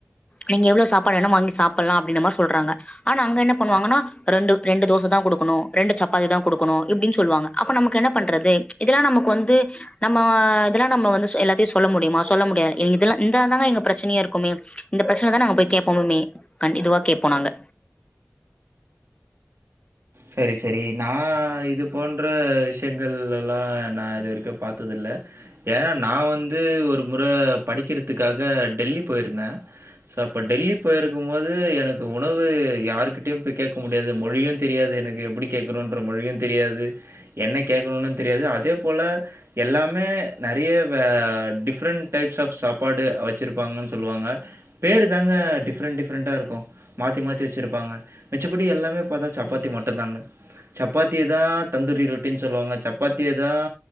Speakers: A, on the left; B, on the right.
A: நீங்க எவ்ளோ சாப். பாடுனாலு வாங்கி சாப்பிடலாம் அப்படின மாரி சொல்றாங்க. ஆனா அங்க என்ன பண்ணுவாங்கன்னா ரண்டு ரெண்டு தோச தான் கொடுக்கணும் ரெண்டு சப்பாத்தி தான் கொடுக்கணும் இப்படின்னு சொல்லுவாங்க அப்ப நமக்கு என்ன பண்றது ம்ச் இதெல்லாம் நமக்கு வந்து நம்ம இதெல்லாம் நம்ம எல்லாத்தையும் சொல்ல முடியுமா சொல்ல முடியாது இதெல்லாம்தா எங்க பிரச்சனையா இருக்குமே இந்த பிரச்சனை தான் நாங்க போய் கேப். கேப்பவுமே கண்ட இதுவா கேட்போ நாங்க.
B: சரி சரி நான் இது போன்ற விஷயங்கள் எல்லாம் நான் இது வரைக்கும் பார்த்ததில்லை. ஏன்னா நான் வந்து ஒரு முறை படிக்கிறதுக்காக டெல்லி போயிருந்தேன் ஸோ அப்போ டெல்லி போயிருக்கும் போது எனக்கு உணவு யாருகிட்டயும் போய் கேட்க முடியாது மொழியும் தெரி. தெரியாது எனக்கு எப்படி கேக்கணும்ற மொழியும் தெரியாது என்ன கேக்கணும்னு தொரியாது அதே போல எல்லாமே நரய வே டிஃரண்டு டைப்ஸ் ஆஃப் சாப்பாடு வச்சுருப்பாங்கனு சொல்லுவாங்க பேரு தாங்க டிஃப்ரெண்ட் டிஃப்ரெண்ட்டா இருக்கும் மாத்தி மாத்தி வச்சுருப்பாங்க மிச்சப்படி எல்லாமே பாத். சப்பாத்தி மட்டும் தாங்க சப்பாத்தியேதான் தந்தூரி ரொட்டினு சொல்லுவாங்க சப்பாத்தியேதான்